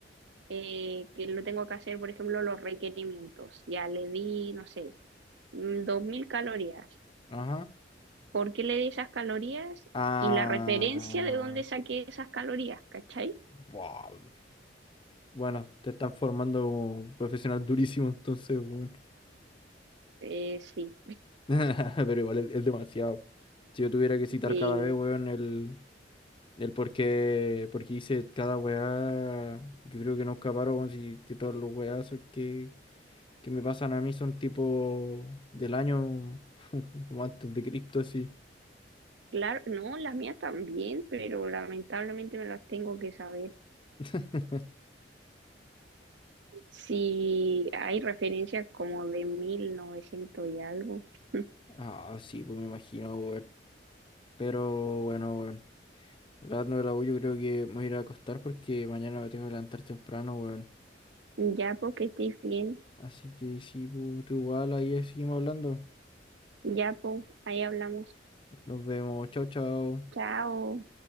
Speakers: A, on the right; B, on the left.
A: eh, que lo tengo que hacer, por ejemplo, los requerimientos, ya le di, no sé, mm, 2.000 calorías.
B: Ajá.
A: ¿Por qué le di esas calorías?
B: Ah.
A: Y la referencia de dónde saqué esas calorías, ¿cachai?
B: Wow. Bueno, te están formando como profesional durísimo, entonces, weón.
A: Eh, sí,
B: <laughs> Pero igual es, es demasiado. Si yo tuviera que citar
A: y
B: cada vez, weón, el, el por qué, por qué hice cada weá, yo creo que no escaparon, weón, si que todos los weazos que, que me pasan a mí son tipo del año <laughs> como antes de Cristo, sí.
A: claro, no, las mías también, pero lamentablemente me las tengo que saber.
B: <laughs>
A: Si hay referencias como de 1900 y algo, <laughs>
B: Ah, sí, pues me imagino, weón. Pero bueno, weón. Hablando de la U, yo creo que me voy a ir a acostar porque mañana me tengo que levantar temprano, weón.
A: ya porque estoy bien.
B: Así que sí, pues, tú igual ahí seguimos hablando.
A: Ya, pues, ahí hablamos.
B: Nos vemos. Chau, chau.
A: Chao.